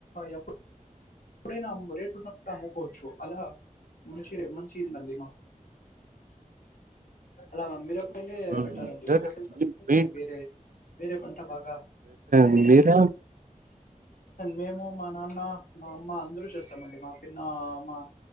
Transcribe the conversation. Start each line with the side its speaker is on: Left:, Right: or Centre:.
Left: ఎప్పుడు ఎప్పుడైనా రేటు ఉన్నప్పుడు అమ్ముకోవచ్చు అలా మంచి రే మంచిందండి మాకు హలా మిరప పంటే
Right: ఉమ్
Left: బెటర్ అండి
Right: ఎవరు
Left: వేరే పంట తప్పితే
Right: మీ మీ
Left: వేరే వేరే పంట బాగా
Right: మీర
Left: మేము మా నాన్న మా అమ్మ అందరూ చేస్తాం అండి మా పన్న మా